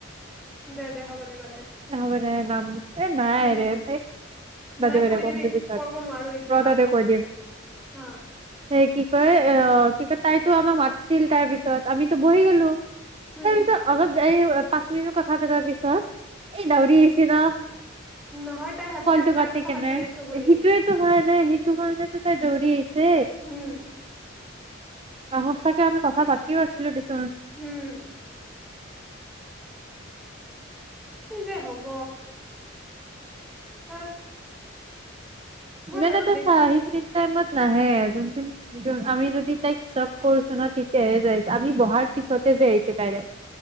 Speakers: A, in the centre; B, on the right (about 30°).
A: উম দে দে হ'ব দে বা
B: এ হব দে ন ম নাম এ নাইৰে
A: উম
B: তাই বাটদে
A: নাই
B: বাটদে
A: কৈ
B: কম
A: দিবি
B: দে পিছত
A: কৰিব নোৱাৰো এতিয়া
B: ৰ তাতে
A: অ
B: কৈ দিম
A: অ
B: সেই কি ক অ কি কয় তাইতো আমাক মাতিছিল তাৰ পিছত আমিতো বহি গলো
A: উম
B: তাৰ পিছত অলপ যায় পাঁচ মিনিট কথা পতাৰ পিছত এই
A: উম
B: দৌৰি আহিছে ন
A: নহয় তাই ভাবছে
B: কলটো
A: আমি তাইৰ
B: কাটি
A: কথা
B: কেনে
A: পাতি আছো বুলি
B: সেইটোয়েটো কাৰণে সেইটো কাৰণেটো তাই দৌৰি আহিছে
A: উম
B: অহ সচাকে আমি কথা পাতিও আছিলো দেচো
A: উম কি যে হব তাত মই
B: মানে
A: ইহঁতক
B: ত
A: দেখি
B: চা সেইখিনি টাইমত নাহে যোনখি আমি যদি তাইক চক কৰিছো ন তেতিয়াহে যাই আহিছে আমি বহাৰ পিছতে যে আহিছে ডাইৰেক্ট